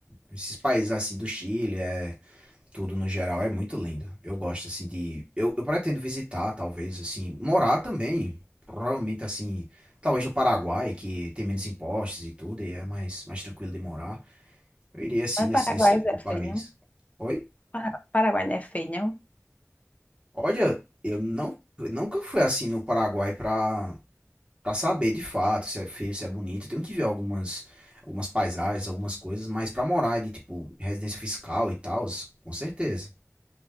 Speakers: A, on the right; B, on the left.
A: Esses países, assim, do Chile, é. Tudo no geral é muito lindo. Eu gosto, assim, de. Eu, eu pretendo visitar, talvez, assim. Morar também. Provavelmente, assim. Talvez no Paraguai, que tem menos impostos e tudo, e é mais, mais tranquilo de morar. Eu iria, assim,
B: Mas
A: nesse,
B: Paraguai
A: nesse tipo de
B: é
A: país.
B: feio, não?
A: Oi?
B: Para- Paraguai não é feio, não?
A: Olha, eu não, eu nunca fui assim no Paraguai pra, pra saber de fato se é feio, se é bonito. Eu tenho que ver algumas, algumas paisagens, algumas coisas, mas pra morar de, tipo, residência fiscal e tal, com certeza.